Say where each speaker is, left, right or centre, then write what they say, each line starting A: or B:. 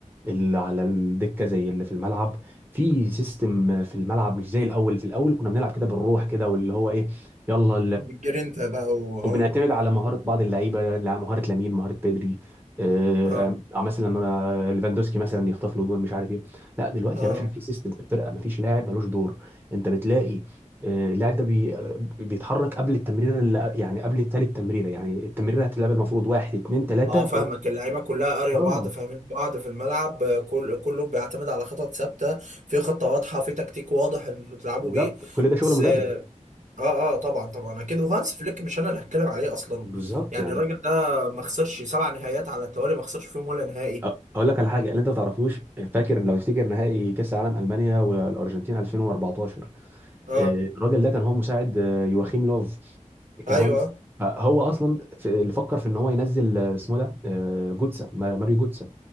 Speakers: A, on the right (about 15°); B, on the right (about 70°).
A: اللي على الدكه زي اللي في الملعب في سيستم في الملعب مش زي الاول في الاول كنا بنلعب كده بالروح كده واللي هو ايه يلا
B: بالجرينتا بقى و اه
A: وبنعتمد على مهارة بعض اللعيبة لا- مهارة لامين مهارة بيدري آه،
B: اه
A: آه، مثلا انا ليفاندوسكي مثلا يخطف له جول مش عارف ايه لا دلوقتي
B: اه اه
A: يا باشا في سيستم في الفرقة مفيش لاعب ملوش دور انت بتلاقي آه، اللاعب ده بي آه، بيتحرك قبل التمريره اللي يعني قبل التالت تمريره يعني التمريره هتتلعب المفروض واحد اتنين تلاته
B: اه،
A: فوق
B: فاهمك اللعيبه كلها قاريه
A: اه
B: بعض فاهمين بعض في الملعب آه، كل كله بيعتمد على خطط ثابته في خطه واضحه في تكتيك واضح ان انتوا بتلعبوا
A: بالظبط
B: بيه
A: كل ده شغل
B: بس
A: مدرب
B: اه اه آه، طبعا طبعا اكيد وهانس فليك مش انا اللي هتكلم عليه اصلا
A: بالظبط
B: يعني
A: يعني
B: الراجل ده ما خسرش سبع نهائيات على التوالي ما خسرش فيهم ولا نهائي
A: أ- اقول لك على حاجه اللي انت ما تعرفوش فاكر لو تفتكر نهائي كاس العالم المانيا والارجنتين 2014
B: اه
A: آه، الراجل ده كان هو مساعد آه، يواخيم لوف كان
B: ايوه
A: هو مس- فهو اصلا في- اللي فكر في ان هو ينزل آه، اسمه ده آه، جوتسا ما- ماريو جوتسا